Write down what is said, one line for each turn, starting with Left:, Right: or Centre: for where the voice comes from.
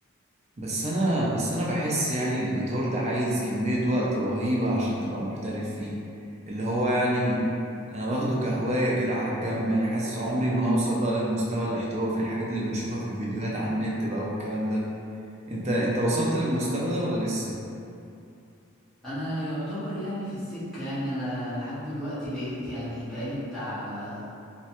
Right: بس انا بس انا بحس يعني الجيتار ده عايز كمية وقت رهيبة عشان تبقى محترف فيه اللي هو يعني انا واخده كهواية كده على الجنب يعني حاسس عمري ما هوصل بقى للمستوى الاحترافي الحاجات اللي بنشوفها في الفيديوهات على النت بقى والكلام ده انت انت وصلت للمستوى ده ولا لسه
Centre: انا يعتبر يعني في السكة يعني انا لحد دلوقتي بقيت يعني بقالي بتاع